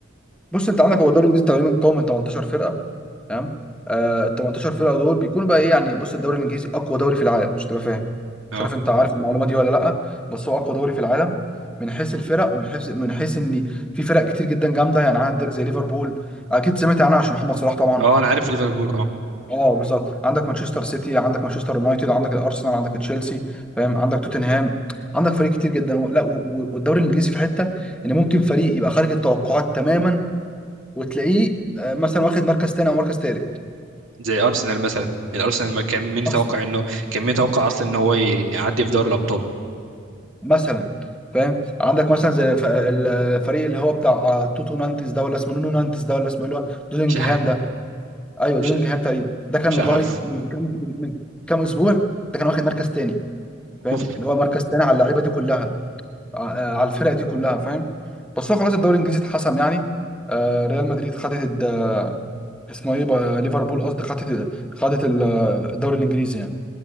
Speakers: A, in the centre; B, on the right.
A: بص انت عندك هو الدوري الانجليزي تقريبا قوي من 18 فرقه تمام آه ال 18 فرقه دول بيكونوا بقى ايه يعني بص الدوري الانجليزي اقوى دوري في العالم مش تبقى فاهم
B: اه
A: مش عارف انت عارف المعلومه دي ولا لا بس هو اقوى دوري في العالم من حيث الفرق ومن حيث من حيث ان في فرق كتير جدا جامده يعني عندك زي ليفربول اكيد سمعت عنها عشان محمد صلاح طبعا
B: اه أنا عارف ليفربول اه
A: اه بالظبط عندك مانشستر سيتي عندك مانشستر يونايتد عندك الارسنال عندك تشيلسي فاهم عندك توتنهام عندك فريق كتير جدا و- لا و- و- والدوري الانجليزي في حته ان ممكن فريق يبقى خارج التوقعات تماما وتلاقيه آه، مثلا واخد مركز تاني او مركز تالت
B: زي أرسنال مثلا الأرسنال ما كان مين يتوقع
A: ارسنال
B: إنه كان مين يتوقع أصلا إن هو ي- يعدي في دوري الأبطال
A: مثلا فاهم عندك مثلا زي ف- الفريق اللي هو بتاع آه، توتو نانتس ده ولا اسمه نونو نانتس ده ولا اسمه ايه اللي هو دودنجهام
B: مش عارف
A: ده ايوه دودنجهام
B: مش
A: تقريبا ده كان
B: مش
A: لغايه
B: عارف
A: من كام من كام اسبوع ده كان واخد مركز تاني فاهم
B: اوف
A: اللي هو مركز تاني على اللعيبه دي كلها ع- آه، على الفرق دي كلها فاهم بس هو خلاص الدوري الانجليزي اتحسم يعني آه، ريال مدريد خدت الد- اسمه ايه بقى ليفربول قصدي خدت خدت الدوري الانجليزي يعني